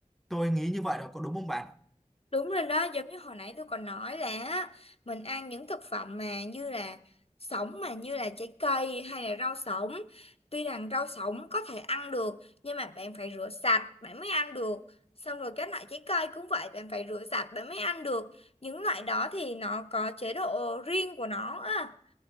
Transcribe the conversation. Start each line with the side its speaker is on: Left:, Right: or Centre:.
Centre: tôi nghĩ như vậy là có đúng không bạn?
Left: Đúng rồi đó, giống như hồi nãy tôi còn nói là á, mình ăn những thực phẩm mà như là sống mà như là trái cây hay là rau sống. Tuy rằng rau sống có thể ăn được nhưng mà bạn phải rửa sạch bạn mới ăn được. Xong rồi các loại trái cây cũng vậy, bạn phải rửa sạch bạn mới ăn được. Những loại đó thì nó có chế độ riêng của nó á,